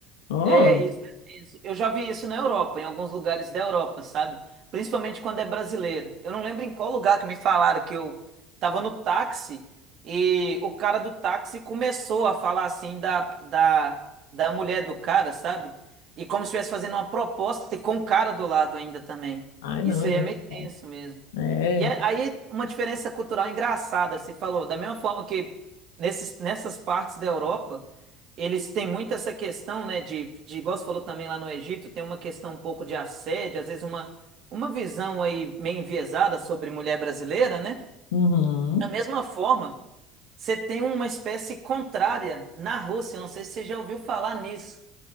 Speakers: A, on the left (about 80°); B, on the right (about 55°).
A: Oh,
B: É, isso é tenso. Eu já vi isso na Europa, em alguns lugares da Europa, sabe? Principalmente quando é brasileira. Eu não lembro em qual lugar que me falaram que eu tava no táxi e o cara do táxi começou a falar assim da, da, da mulher do cara, sabe? E como se estivesse fazendo uma proposta e com o cara do lado ainda também.
A: ai, não,
B: Isso
A: é
B: aí
A: muito.
B: é meio tenso mesmo.
A: É.
B: E é- aí, uma diferença cultural engraçada, você falou, da mesma forma que nesses, nessas partes da Europa. Eles têm muito essa questão, né, de, de, igual você falou também lá no Egito, tem uma questão um pouco de assédio, às vezes uma, uma visão aí meio enviesada sobre mulher brasileira, né?
A: Uhum.
B: Da mesma forma, você tem uma espécie contrária na Rússia, eu não sei se você já ouviu falar nisso,